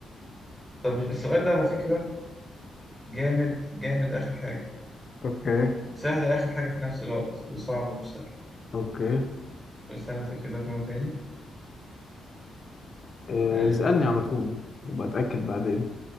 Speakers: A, in the centre; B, on the left.
A: طب السؤال ده على فكرة جامد جامد آخر حاجة
B: اوكي
A: وسهل آخر حاجة في نفس الوقت وصعب مش سهل
B: اوكي
A: بس أنا أتأكد لك منه تاني
B: آه،
A: آه
B: اسألني على طول وبتأكد بعدين